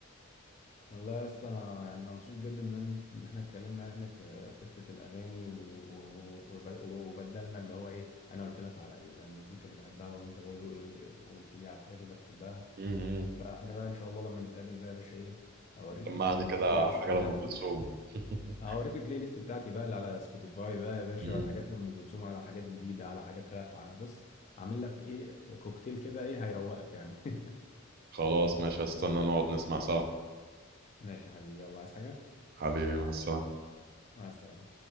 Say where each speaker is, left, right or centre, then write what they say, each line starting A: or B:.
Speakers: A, on the left (about 35°); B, on the right (about 50°).
A: والله يا اسطى انا يعني انا مبسوط جدا ان أنا- إن احنا اتكلمنا يعني في فكره الاغاني و- و- وب- وبدلنا اللي هو ايه انا قلت لك على المزيكا اللي بحبها وانت برضو إيه قلت لي على الحاجات اللي انت بتحبها
B: امم
A: فاحنا بقى ان شاء الله لما نتقابل بقى يا باشا ايه اوريك
B: سمعني
A: البل- البلاي
B: كده
A: ليست
B: حاجه
A: بتاعتي
B: لام كلثوم <laughs>
A: هوريك البلاي ليست بتاعتي بقى اللي على سبوتيفاي بقى يا باشا
B: مم.
A: على حاجات لام كلثوم على حاجات جديده على حاجات راب على بص عامل لك ايه كوكتيل كده ايه هيروقك يعني <laughs>
B: خلاص ماشي هستنى نقعد نسمع سوا
A: ماشي يا حبيبي يلا عايز حاجه
B: حبيبي مع السلامه
A: مع السلامه